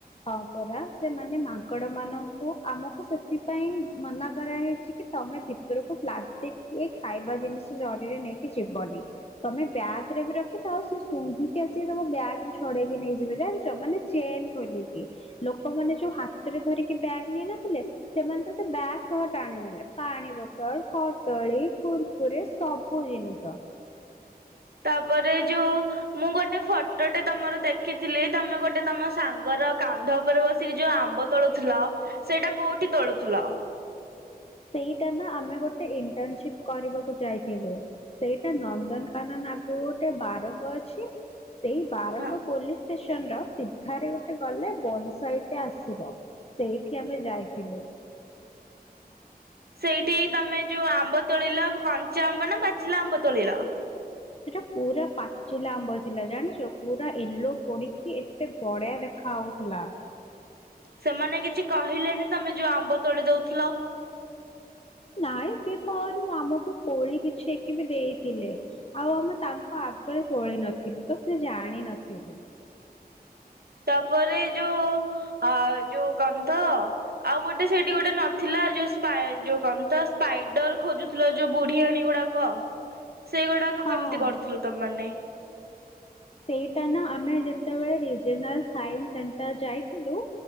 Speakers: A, on the left; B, on the right.
A: ହଁ ପରା ସେମାନେ ମାଙ୍କଡ ମାନଙ୍କୁ ଆମକୁ ସେଥିପାଇଁ ମନା କରାହେଇଛି କି ତମେ ଭିତରକୁ ପ୍ଲାଷ୍ଟିକ ରେ ଖାଇବା ଜିନିଷ ଜରିରେ ନେଇକି ଯିବନି ତମେ ବ୍ୟାଗରେ ବି ରଖିଥାଅ ସେ ଶୁଙ୍ଘିକି ଆସିକି ତମ ବ୍ୟାଗ ରୁ ଛଡେଇକି ନେଇଯିବେ ଜାଣିଚ ମାନେ ଚେନ ଖୋଲିକି ଲୋକମାନେ ଯୋଉ ହାତରେ ଧରିକି ବ୍ୟାଗ୍ ନେଇନଥିଲେ ସେମାନେ ତ ସେ ବ୍ୟାଗ ସହ ଟାଣିନେଲେ ପାଣି ବୋତଲ କଦଳୀ କୁୁରକୁରେ ସବୁ ଜିନିଷ
B: ତାପରେ ଯୋଉ ମୁଁ ଗୋଟେ ଫଟୋଟେ ତମର ଦେଖିଥିଲି ତମେ ଗୋଟେ ତମ ସାଙ୍ଗର କାନ୍ଧ ଉପରେ ବସିକି ଯୋଉ ଆମ୍ବ ତୋଳୁଥିଲ ସେଇଟା କୋଉଠି ତୋଳୁଥିଲ?
A: ସେଇଟା ନା ଆମେ ଗୋଟେ ଇଣ୍ଟରନସିପ କରିବାକୁ ଯାଇଥିଲୁ ସେଇଟା ନନ୍ଦନକାନନ ଆଗକୁ ଗୋଟେ ବାରଙ୍ଗ ଅଛି। ସେଇ ବାରଙ୍ଗ
B: ହଁ
A: ପୋଲିସ ଷ୍ଟେ ସିଧାରେ ଗୋଟେ ଗଲେ ବନ ସାଇଟ୍ ରେ ଆସିବ ସେଇଠି ଆମେ ଯାଇଥିଲୁ।
B: ସେଇଠି ତମେ ଯୋଉ ଆମ୍ବ ତୋଳିଲ କଞ୍ଚା ଆମ୍ବ ନା ପାଚିଲା ଆମ୍ବ ତୋଳିଲ।
A: ସେଟା ପୁରା ପାଚିଲା ଆମ୍ବ ଥିଲା ଜାଣିଛ ପୁରା ୟେଲୋ ପଡିକି ଏତେ ବଢିଆ ଦେଖା ହଉଥିଲା।
B: ସେମାନେ କିଛି କହିଲେନି ତମେ ଯୋଉ ଆମ୍ବ ତୋଳି ଦଉଥିଲ।
A: ନାଇଁ ସେ ତ ଆହୁରି ମୁଁ ଆମକୁ କୋଳି ବିଛେଇକି ବି ଦେଇଥିଲେ ଆଉ ଆମେ ତାଙ୍କ ଆଗରେ ତୋଳି ନଥିଲୁ ତ ସେ ଜାଣ ନଥିବେ।
B: ତାପରେ ଯୋଉ ଯୋଉ କହନ୍ତ ଆଉ ଗୋଟେ ସେଠି ଗୋଟେ ନଥିଲା ଯୋଉ ଯୋଉ କହ ତ ସ୍ପାଇଡର ଖୋଜୁଥିଲ ଯୋଉ ବୁଢୀ ଆଣୀ ଗୁଡାକ ସେଇଗୁଡାକ
A: ହଁ।
B: କେମିତି କରୁଥିଲୁ ତମମାନେ
A: ସେଇଟା ନା ଆମେ ଯେତେବେଳେ ରିଜନାଲ ସାଇସ ସେଣ୍ଟର ଯାଇଥିଲୁ